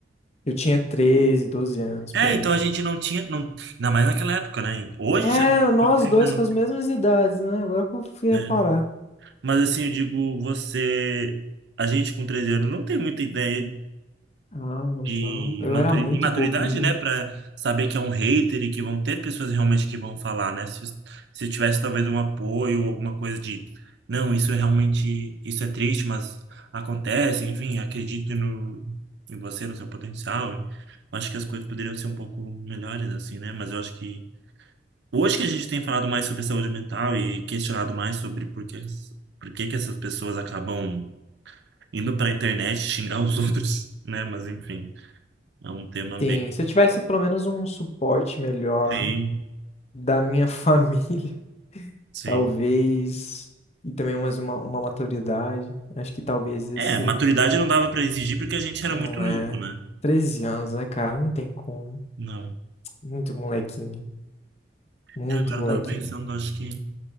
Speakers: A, on the left; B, on the right.
A: eu tinha 13 12 anos por
B: É,
A: aí.
B: então a gente não tinha. Não, ainda mais naquela época, né? Hoje
A: É,
B: já.
A: nós dois
B: ainda não-
A: com as mesmas idades, né? Agora que eu fui reparar.
B: né? Mas assim, eu digo, você. A gente com 13 anos não tem muita ideia
A: Ah, não.
B: de
A: Eu
B: matu-
A: era muito
B: imaturidade,
A: bobinho.
B: né, para saber que é um hater e que vão ter pessoas realmente que vão falar, né? Se, se tivesse talvez um apoio ou alguma coisa de, não, isso é realmente, isso é triste, mas acontece, enfim, acredito no, em você, no seu potencial. E eu acho que as coisas poderiam ser um pouco melhores assim, né? Mas eu acho que hoje que a gente tem falado mais sobre saúde mental e questionado mais sobre por que, por que que essas pessoas acabam indo para a internet <laughs> xingar os outros, né? Mas enfim, é um tema
A: Sim,
B: bem
A: se eu tivesse pelo menos um suporte melhor
B: Sim,
A: da minha <laughs> família,
B: sim.
A: Talvez. E também mais uma, uma maturidade. Acho que talvez esse.
B: É, maturidade não dava para exigir porque a gente era
A: Não
B: muito novo,
A: é.
B: né?
A: 13 anos, né, cara? Não tem como.
B: Não.
A: Muito molequinho. Muito
B: É, agora
A: molequinho.
B: eu tava pensando, acho que.